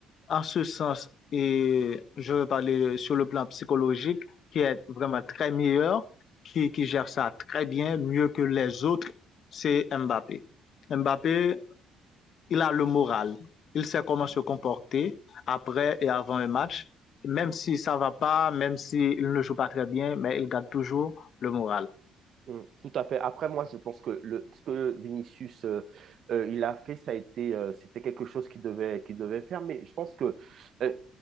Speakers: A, on the left; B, on the right.
A: en ce sens, et je vais parler sur le plan psychologique, qui est vraiment très meilleur, qui, qui gère ça très bien, mieux que les autres, c'est Mbappé. Mbappé, il a le moral. Il sait comment se comporter après et avant un match. Même si ça va pas, même s'il ne joue pas très bien, mais il garde toujours le moral.
B: Mm. Tout à fait. Après, moi, je pense que le, ce que Vinicius euh, euh, il a fait, ça a été, euh, c'était quelque chose qu'il devait, qu'il devait faire. Mais je pense que euh,